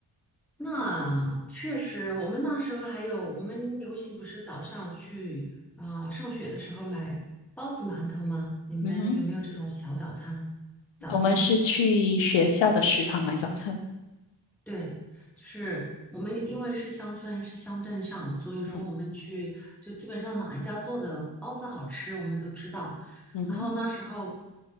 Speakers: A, in the centre; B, on the left.
A: 那确实，我们那时候还有，我们流行不是早上去啊、呃上学的时候买包子、馒头吗？你们有没有这种小早餐？
B: 嗯哼，
A: 早餐？
B: 我们是去学校的食堂买早餐。
A: 对，就是我们因为是乡村，是乡镇上，所以说我们去就基本上哪一家做的包子好吃，
B: 嗯
A: 我们都知道。
B: 嗯哼。
A: 然后那时候